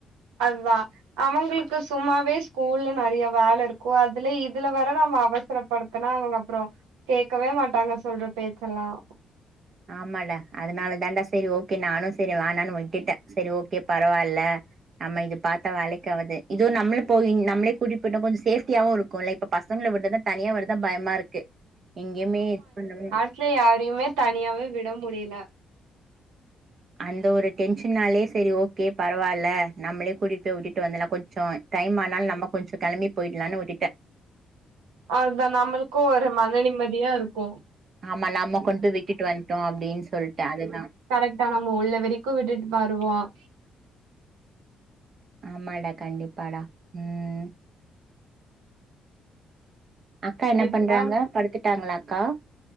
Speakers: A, on the right; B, on the right.
A: அல்வா அவங்களுக்கு சும்மாவே ஸ்கூல்ல நறைய வேலை இருக்கும் அதுல இதுல வர நம்ம அவசர படுத்தனா அவங்க அப்புறம் கேட்கவே மாட்டாங்க சொல்ற பேச்செல்லாம்
B: ஆமாடா அதனால தாடா சரி ஓகே நு நானும் சரி வே நானு விட்டுட்டேன் சரி ஓகே பரவால்ல நம்ம இது பாத்தா வேலைக்காவாது இதுவும் நம்மள போய் நம்மளே கூட்டி போய்ட்டா கொஞ்சம் சேப்டியாவும் இருக்கும் ல இப்ப பசங்களை விட்டதான் தனியா வரத்தா பயமா இருக்கு எங்கேயுமே இது பண்ண
A: ட்ல யாரையுமே தனியாவே விட முடியல
B: அந்த ஒரு டென்ஷன்னாலே சரி ஓகே பரவால்ல நம்மளே கூட்டிட்டு போய் விட்டிட்டு வந்தலாம் கொஞ்சம் டைம் ஆனாலும் நம்ம கொஞ்சம் கிளம்பி போயிடலாம்னு விட்டுடேன்
A: அதா நம்மளுக்கும் ஒரு மன நிம்மதியா இருக்கும்
B: ஆமா நாம கொண்டு போய் விட்டுட்டு வந்துட்டோம் அப்டின்னு சொல்லிட்டு அதுதான்
A: கரெக்ட்டா நம்ம உள்ள வரைக்கும் விட்டுட்டு வருவோம்
B: ஆமாடா கண்டிப்பாடா உம் அக்கா என்ன
A: இப்பதா
B: பண்றாங்க படுத்துட்டாங்களா அக்கா